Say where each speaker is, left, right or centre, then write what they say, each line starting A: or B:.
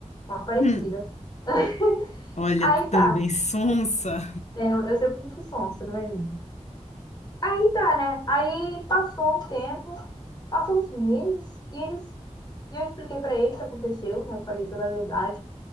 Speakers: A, on the left; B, on the left.
A: uma parecida.
B: Hum.
A: <laughs>
B: Olha,
A: Aí
B: tu também
A: tá,
B: sonsa.
A: É, eu sempre fui muito sonsa, não é mesmo? Aí tá, né? Aí passou um tempo, passou uns meses, e eles... E eu expliquei pra ele o que aconteceu, né? Eu falei toda a verdade.